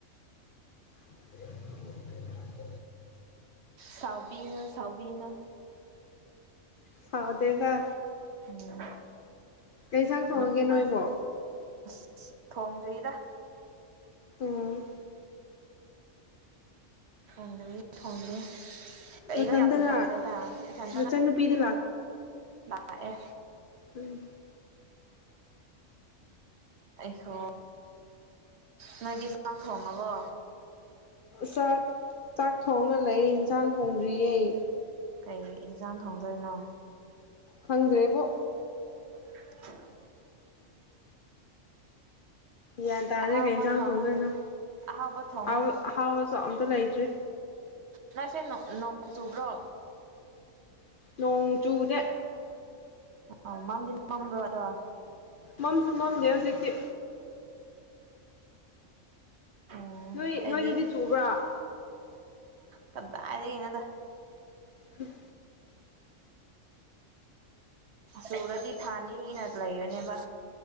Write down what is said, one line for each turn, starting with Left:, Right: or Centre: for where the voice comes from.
Left: <unintelligible>
Right: ꯁꯥꯎꯕꯤꯅ ꯁꯥꯎꯕꯤꯅ
Left: ꯁꯥꯗꯦꯒ
Right: ꯎꯝ
Left: ꯀꯩꯁꯥꯡ ꯊꯣꯡꯉꯒꯦ
Right: ꯃꯇꯥꯡ
Left: ꯅꯣꯏꯕꯣ
Right: ꯑꯁ ꯊꯣꯡꯗ꯭ꯔꯤꯗ
Left: ꯎꯝ
Right: ꯐꯣꯡꯗ꯭ꯔꯦ ꯐꯣꯡꯗ꯭ꯔꯦ ꯩꯅ
Left: ꯅꯊꯟꯇꯔ
Right: ꯌ ꯇꯔꯂꯗ ꯁꯟꯇ
Left: ꯅꯆꯟꯅꯨꯄꯤꯗꯤ
Right: ꯂꯥꯛꯑꯦ
Left: ꯑꯩ
Right: ꯑꯩꯍ ꯅꯣꯏꯒꯤ ꯆꯥꯛ ꯊꯣꯡꯉꯕꯣ
Left: ꯁ ꯇꯥꯛ ꯊꯣꯡꯉ ꯂꯩ ꯍꯛꯁꯥꯡ ꯊꯣꯡꯗ꯭ꯔꯤꯌꯦꯩ
Right: ꯀꯩ ꯌꯦꯟꯁꯥꯡ ꯊꯣꯡꯗꯣꯏꯅꯣ
Left: ꯈꯪꯗ꯭ꯔꯦꯕꯣ
Right: <inaudible>
Left: ꯌꯦ ꯇ
Right: ꯑꯍꯥꯎꯕ
Left: ꯑꯔꯦ ꯀꯩ ꯆꯥꯡꯁꯗꯣꯏꯅ
Right: ꯊꯣꯡꯉꯣ ꯑꯍꯥꯎꯕ ꯊꯣꯡꯉꯣ
Left: ꯑ ꯍꯥꯎ ꯆ ꯂꯥꯏꯆꯦ
Right: ꯅꯪꯁꯦ ꯅꯣꯡ ꯆꯨꯕ꯭ꯔꯣ
Left: ꯅꯣꯡ ꯆꯨꯗꯦ
Right: ꯑ ꯃꯝꯗꯤꯃꯝꯕ꯭ꯔꯣ ꯑꯗ
Left: ꯃꯝꯁꯨꯨ ꯃꯝꯗꯦ ꯁꯇ
Right: ꯎꯝ
Left: ꯅꯣꯏ
Right: ꯑꯩꯗꯤ
Left: ꯅꯣꯏꯗꯗꯤ ꯆꯨꯕ꯭ꯔꯥ
Right: ꯇꯗꯥ ꯍꯥꯏꯔꯒꯩꯅꯗ
Left: ꯎꯝ
Right: ꯁꯨꯔꯗꯤ ꯊꯥꯅꯤꯅ ꯂꯩꯌꯣꯅꯦꯕ